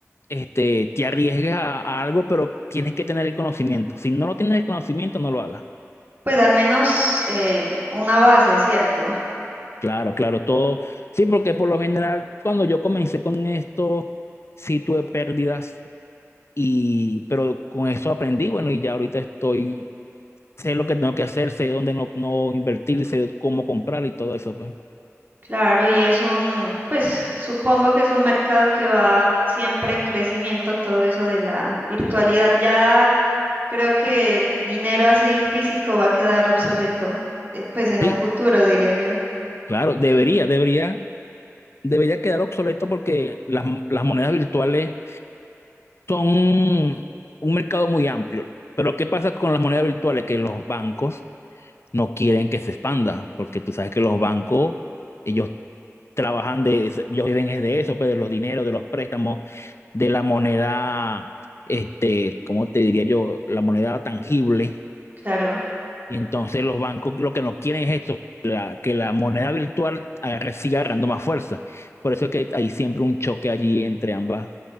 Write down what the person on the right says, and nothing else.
Pues al menos eh, una base, ¿cierto?
Claro, y es un, pues supongo que es un mercado que va siempre en crecimiento, todo eso de la virtualidad. Ya creo que el dinero así en físico va a quedar obsoleto, eh, pues en
un futuro, diría yo.
Claro.